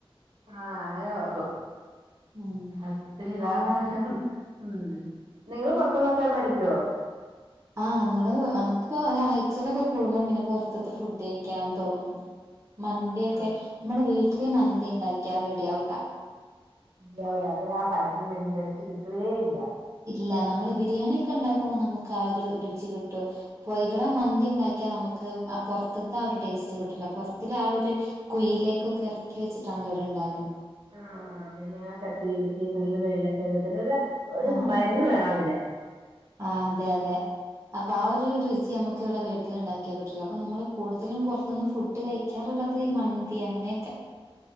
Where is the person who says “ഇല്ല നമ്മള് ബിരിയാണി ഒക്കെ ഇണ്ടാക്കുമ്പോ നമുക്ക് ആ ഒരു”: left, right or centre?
Right